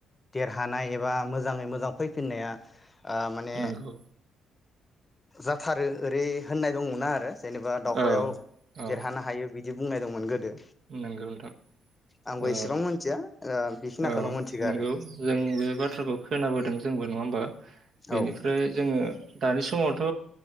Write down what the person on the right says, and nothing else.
नंगौ
औ
औ
नंगौ नोंथां
औ
औ
नंगौ
जों बे बाथ्राखौ खोनाबोदों जोंबो नङा होमबा? बेनिफ्राय
जोङो दानि समावथ'